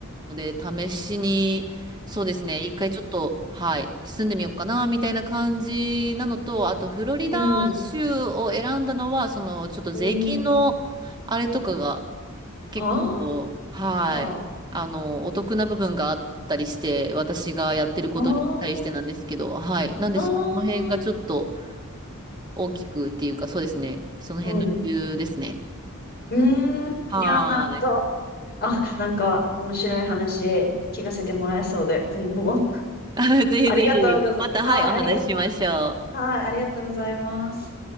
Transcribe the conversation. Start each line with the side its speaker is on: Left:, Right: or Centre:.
Right: ので、試しに、そうですね、一回ちょっと、はい、住んでみようかな、みたいな感じなのと、あと、フロリダ州を選んだのは、
Left: うん。
Right: その、ちょっと税金の、
Left: うん。
Right: あれとかが、結構、
Left: あ
Right: はい、
Left: あ。
Right: あの、お得な部分があったりして、私がやってることに対してなんですけど、
Left: ああ。
Right: はい、なんで、
Left: ああ。
Right: その辺がちょっと大きくっていうか、そうですね、その辺の理由ですね。
Left: うん。うーん。
Right: はーい。
Left: いやー、なるほど。あ、なんか、面白い話、聞かせてもらえそうで、今後も。<laughs>
Right: <laughs> ぜひぜひ、
Left: ありがとうございます。
Right: また、はい、
Left: はい、
Right: お話ししましょう。
Left: ありがとう。はい、ありがとうございます。